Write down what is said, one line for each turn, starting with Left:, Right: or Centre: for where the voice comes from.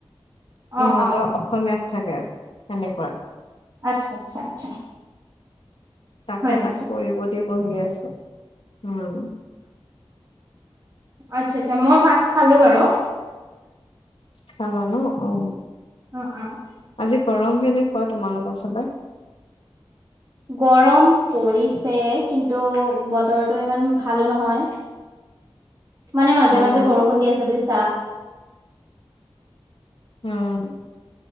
Right: অ অ
Left: ইহঁতৰ
Right: অ
Left: অসমীয়াত থাকে, সেনেকুৱা।
Right: আচ্ছা আটছা আচ্ছা।
Left: তাকে
Right: হয় নেকি
Left: তাক কৰিব দি' বহি আছো উম।
Right: আচ্ছা আচ্ছা মই ভাত খালো বাৰু।
Left: খাল ন অঁ।
Right: অ, অ।
Left: আজি গৰম কেনেকুৱা তোমালোকৰ ফালে?
Right: গৰম পৰিছে, কিন্তু বতৰটো ইমান ভালো নহয়।
Left: <inaudible>
Right: মানে মাজে
Left: অ
Right: মাজে
Left: ন
Right: বৰষুণ দি আছে বজিছা।
Left: উম।